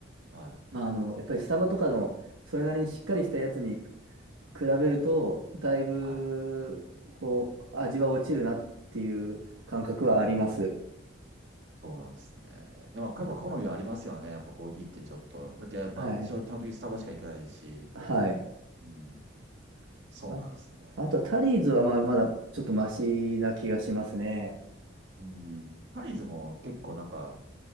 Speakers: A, on the right; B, on the right.
A: はい。
B: まああの、やっぱりスタバとかのそれなりにしっかりしたやつに比べると、だいぶこう、
A: はい。
B: 味は落ちるなっていう感覚はあります。
A: うん。そうなんですね。いや、まあ、やっぱ好みはありますよね。やっぱコーヒーってちょっと。だってやっぱ私は基本的にスタバしか行かないし。
B: はい。はい。
A: うん。そうなんですね。
B: あ、あとはタリーズはまあまだちょっとマシな気がしますね。
A: うん。パリーズも結構なんか、